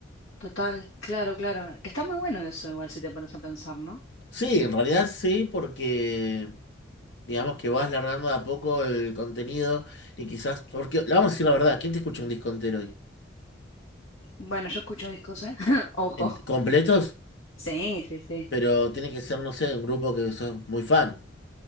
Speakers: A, on the left; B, on the left.
A: Total, claro, claro. Está muy bueno eso igual si te pones a pensar, ¿no?
B: Sí, en realidad sí, porque digamos que vas largando de a poco el contenido y quizás, porque le vamos a decir la verdad, ¿quién te escucha un disco entero hoy?
A: Bueno, yo escucho discos, ¿eh? <laughs> Ojo.
B: En- completos,
A: Sí, sí, sí.
B: pero tiene que ser, no sé, un grupo que sos muy fan,